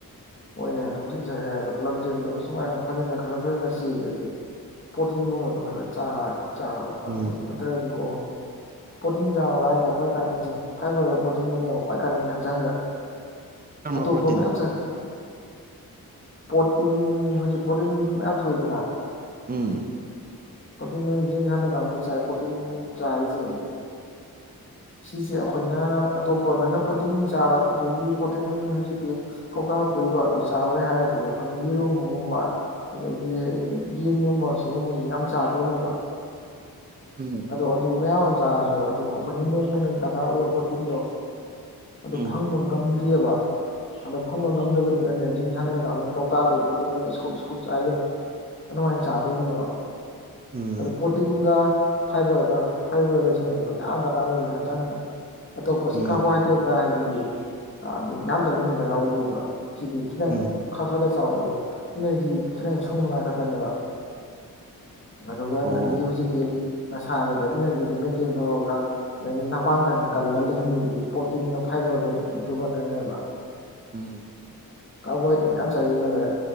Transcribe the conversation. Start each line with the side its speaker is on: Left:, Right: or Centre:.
Left: ꯍꯣꯏꯅꯦ ꯍꯥꯏ ꯑꯗꯨꯕꯨꯗꯤ ꯌꯥꯏꯌꯦ ꯑꯗꯣ ꯂꯝꯖꯦꯟꯗꯣ ꯁꯨꯃꯥꯏꯅ ꯐꯖꯅ ꯈꯔ ꯐꯖꯅ ꯆꯦꯜꯂꯗꯤ ꯄ꯭ꯔꯣꯇꯤꯟꯒꯨꯝꯕꯗꯣ ꯈꯔ ꯆꯥꯔꯗꯤ ꯆꯥꯕ ꯑꯗꯨ
Right: ꯎꯝ
Left: ꯅꯠꯇ꯭ꯔꯗꯤꯀꯣ ꯄ꯭ꯔꯣꯇꯤꯟ ꯆꯥꯎꯕ꯭ꯔ ꯍꯥꯏꯔ ꯀ꯭ꯋꯥꯏ ꯀꯥꯟꯅꯁꯦ ꯐꯥꯏꯕꯔꯗꯣ ꯄ꯭ꯔꯣꯇꯤꯟꯒꯅꯦꯕ ꯈ꯭ꯋꯥꯏ ꯀꯥꯟꯅꯩꯁꯦ ꯍꯛꯆꯥꯡꯗ
Right: ꯀꯔꯝꯕ
Left: ꯑꯇꯣꯞꯄ
Right: ꯄ꯭ꯔꯣꯇꯤꯟ
Left: ꯃꯌꯥꯝ ꯆꯥ ꯄ꯭ꯔꯇꯤꯟ ꯍꯧꯖꯤꯛ ꯄ꯭ꯔꯣꯔꯇꯤꯟ ꯃꯌꯥꯝ ꯊꯣꯛꯏꯗꯅ
Right: ꯎꯝ
Left: ꯄ꯭ꯔꯣꯇꯤꯟ ꯖꯤꯝ ꯁꯥꯟꯅ ꯀꯥꯡꯕꯨꯅ ꯆꯥꯏ ꯄ꯭ꯔꯣꯇꯤꯟ ꯆꯥꯔꯤꯁꯦ ꯁꯤꯁꯦ ꯑꯩꯈꯣꯏꯅ ꯑꯇꯣꯞꯄ ꯅꯪꯅ ꯄ꯭ꯔꯣꯇꯤꯟ ꯆꯥꯔ ꯑꯗꯨꯒꯤ ꯄꯣꯇꯤꯟ ꯍꯧꯖꯤꯛꯀꯤ ꯀꯧꯇꯥꯥ ꯊꯣꯛꯏꯕ ꯑꯗꯨ ꯆꯥꯔꯣꯏ ꯍꯥꯏꯔꯗꯤ ꯑꯩꯈꯣꯏꯅ ꯌꯦꯔꯨꯝꯒꯨꯝꯕ ꯑꯗꯒꯤ ꯌꯦꯟꯒꯨꯝꯕ ꯁꯤꯒꯨꯝꯕꯁꯤ ꯌꯥꯝ ꯆꯥꯗꯧꯅꯦꯕ
Right: ꯎꯝ
Left: ꯑꯣ ꯑꯗꯨ ꯃꯌꯥꯝ ꯑꯃ ꯆꯥꯔꯖꯨ ꯑꯗꯨ ꯑꯩꯈꯣꯏꯅ ꯅꯣꯡꯃꯅ ꯗꯔꯀꯥꯔ ꯑꯣꯏꯕ ꯄ꯭ꯔꯣꯇꯤꯟꯗꯣ ꯑꯗꯨ
Right: ꯎꯝ
Left: ꯐꯪꯕ ꯉꯝꯗꯦꯕ ꯑꯗꯣ ꯐꯪꯕ ꯉꯝꯗꯕꯗꯨꯅꯅꯦ ꯖꯤꯝ ꯁꯥꯟꯅꯕ ꯅ ꯀꯧꯇꯥꯗꯩ ꯄꯣꯠꯇꯤ ꯅꯣꯏꯅ ꯏꯁꯀꯨꯞ ꯏꯁꯀꯨꯞ ꯆꯥꯏꯗꯣ ꯑꯗꯨꯃꯥꯏꯅ ꯆꯥꯗꯣꯏꯅꯦꯕ
Right: ꯎꯝ
Left: ꯑꯗꯣ ꯄ꯭ꯔꯣꯇꯤꯟꯒ ꯐꯥꯏꯕꯔꯒ ꯐꯥꯏꯕꯔꯒ ꯁꯤꯟꯅꯦꯕ ꯌꯥꯝ ꯗꯔꯀꯥꯔ ꯑꯣꯏꯁꯦ ꯍꯛꯆꯥꯡꯗ ꯑꯇꯣꯝꯄꯗꯤ
Right: ꯎꯝ
Left: ꯀꯥꯔꯕꯣꯍꯥꯏꯗ꯭ꯔꯦꯠ
Right: ꯎꯝ
Left: ꯀꯍꯥꯏꯗꯤ ꯑꯦ ꯌꯥꯝ ꯆꯥꯁꯤꯟꯕ ꯗꯀꯥ ꯑꯣꯏꯗꯦꯕ ꯁꯤꯗꯤ ꯈꯤꯇꯪ
Right: ꯎꯝ
Left: ꯈꯔ ꯈꯔꯗ ꯆꯥꯎꯋꯦ ꯑꯗꯣ ꯏꯅꯔꯖꯤ ꯈꯤꯇꯪ ꯁꯨꯅꯉꯥꯏ ꯈꯛꯇꯅꯦꯕ ꯑꯗꯨꯒ ꯅꯪꯒꯤ
Right: ꯑꯣ
Left: ꯍꯧꯖꯤꯛꯀꯤ ꯅꯁꯥꯗꯨꯗ ꯏꯅꯔꯖꯤꯗꯣ ꯃꯦꯟꯇꯦꯟ ꯇꯧꯔꯒ ꯑꯗꯗꯒꯤ ꯃꯄꯥꯡꯒꯟ ꯀꯜꯂ ꯂꯩꯍꯟꯕꯗꯨꯗꯤ ꯄ꯭ꯔꯣꯇꯤꯟꯒ ꯐꯥꯏꯕꯔꯗꯣ ꯑꯗꯨꯒ ꯅꯪꯅꯦꯕ
Right: ꯎꯝ
Left: ꯀꯥꯔꯕꯣꯍꯥꯏꯗ꯭ꯔꯦꯠ ꯃꯌꯥꯝ ꯆꯥꯁꯤꯜꯂꯒ